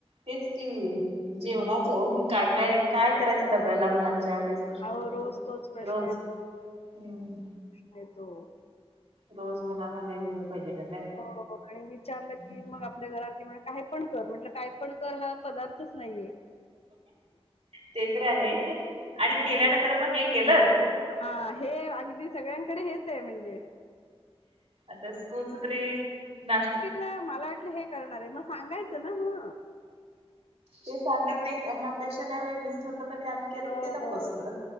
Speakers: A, on the right; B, on the left.
A: तेच कि. जेवणाचं, पण काय? काय-काय
B: हो
A: करायचं डब्याला मुलांच्या तेच प्रश्न
B: अहो
A: पडतोय
B: रोज तोच प्रश्न
A: रोज. हम्म.
B: तेेतो
A: रोज मुलाना वेगवेगळ पाहिजे. डब्यात
B: हो हो हो. आणि विचारलं
A: हम्म.
B: की मग आपल्या घरात किंवा काय पण कर म्हटलं काय पण कर हा पदार्थच नाहीये.
A: ते तर आहे आणि
B: होय
A: केल्यानंतर
B: होय.
A: मग हे केलंस
B: हा हे अगदी सगळ गळ्यांकडे हेच इ म्हणजे
A: आता स्कूलस तरी नाश
B: नाई मला वाटलं हे करणार ए. म सांगायचं ना म
A: ते सांगत नाहीत आणि अपेक्षा काय वेगळीच ठेवतात आणि आम्ही केलं
B: हो
A: की ते नको
B: हो
A: असतं